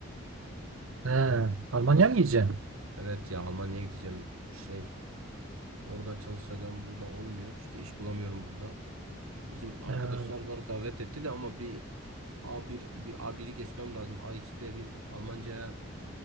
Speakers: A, on the right; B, on the right.
A: Ha.
B: Ben
A: Almanya
B: nasıl
A: mı gideceğim?
B: evet ya Almanya'ya gideceğim şey orada çalışacağım burada olmuyor işte iş bulamıyorum burada. Bizim arkadaşlar
A: Ha.
B: var davet etti de ama bir a bir bir a biri geçmem lazım A2 B1 Almanca'ya